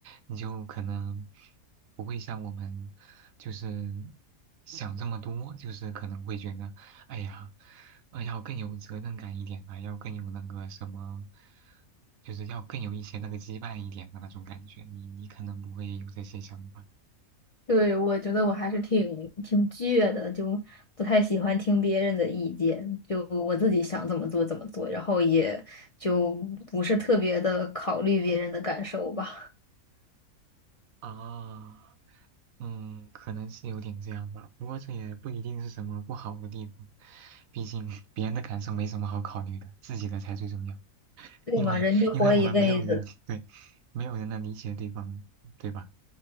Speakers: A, on the right; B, on the left.
A: 你就可能不会像我们就是想这么多，就是可能会觉得。哎呀，呃，要更有责任感一点啊，要更有那个什么，就是要更有一些那个羁绊一点的那种感觉。你你可能不会有这些想法，
B: 对，我觉得我还是挺挺倔的，就不太喜欢听别人的意见，就我自己想怎么做怎么做，然后也就不是特别的考虑别人的感受吧，
A: 啊，嗯，可能是有点这样吧。不过这也不一定是什么不好的地方，毕竟别人的感受没什么好考虑的，自己的才最重要。
B: <laughs> 对嘛，
A: 因为因为我们没有人，
B: 人就活一辈子，
A: 对，没有人能理解对方，对吧？